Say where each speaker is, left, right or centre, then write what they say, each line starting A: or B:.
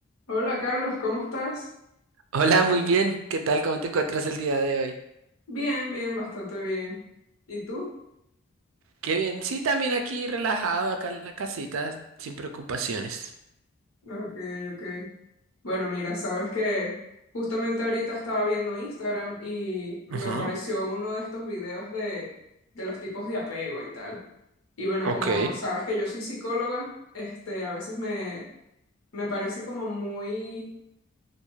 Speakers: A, on the left; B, on the right.
A: Hola Carlos, ¿cómo estás?
B: Hola, muy bien. ¿Qué tal? ¿Cómo te encuentras el día de hoy?
A: Bien, bien, bastante bien. ¿Y tú?
B: Qué bien. Sí, también aquí relajado, acá en la casita, sin preocupaciones.
A: Ok, ok. Bueno, mira, sabes que justamente ahorita estaba viendo Instagram y me
B: Ujú,
A: apareció uno de estos videos de, de los tipos de apego y tal. Y bueno,
B: Ok.
A: como sabes que yo soy psicóloga, este, a veces me, me parece como muy